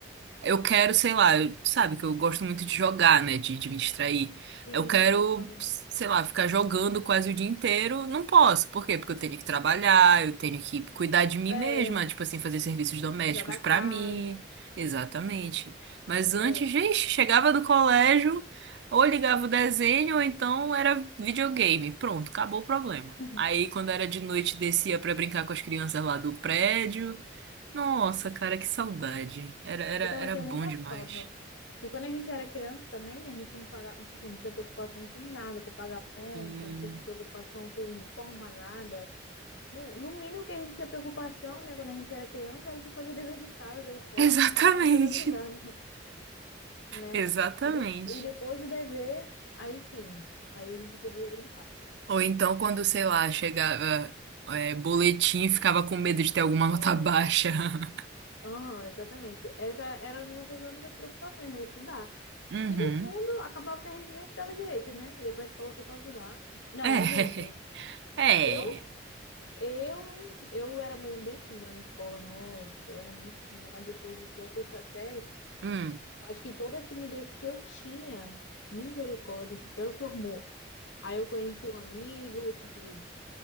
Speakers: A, on the right; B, on the left.
A: Eu quero, sei lá, eu- sabe que eu gosto muito de jogar, né? De, de me distrair.
B: Sim,
A: Eu quero,
B: se falou.
A: sei lá, ficar jogando quase o dia inteiro. Não posso. Por quê? Porque eu tenho que trabalhar, eu tenho que cuidar de mim
B: É,
A: mesma, tipo assim, fazer serviços domésticos
B: cuidar da
A: pra
B: casa.
A: mim. Exatamente. Mas antes,
B: É.
A: gente, chegava do colégio, ou ligava o desenho, ou então era videogame. Pronto, acabou o problema.
B: <laughs>
A: Aí, quando era de noite, descia pra brincar com as crianças lá do prédio. Nossa, cara, que saudade. Era, era,
B: Eu também
A: era
B: tenho
A: bom
B: muita
A: demais.
B: falta. Que quando a gente era criança também, né, a gente não pagava, tipo, não tinha preocupação com nada, com pagar conta,
A: Hum,
B: não tinha preocupação com, com arrumar nada. No, no mínimo que a gente tinha preocupação, né, quando a gente era criança, era de fazer dever de casa, da escola,
A: Exatamente.
B: que senão a professora brigava. né?
A: <laughs> Exatamente.
B: E, de- e depois do dever, aí sim, aí a gente podia brincar.
A: Ou então, quando, sei lá, chegava, é, boletim, ficava com medo de ter alguma
B: Nossa.
A: nota baixa. <laughs>
B: Aham, exatamente. Essa era uma das nossas únicas preocupações, né? Estudar.
A: Uhum.
B: E no fundo, acabava que a gente nem estudava direito, né? Ia pra escola só pra zoar. Não,
A: É,
B: alguns, né?
A: <laughs> é.
B: Eu, eu, eu era bem, bem tímida na escola, nossa, eu era muito tímida, mas depois da sexta série,
A: Hum.
B: acho que toda a timidez que eu tinha, misericórdia, se transformou. Aí eu conheci um amigo, tipo,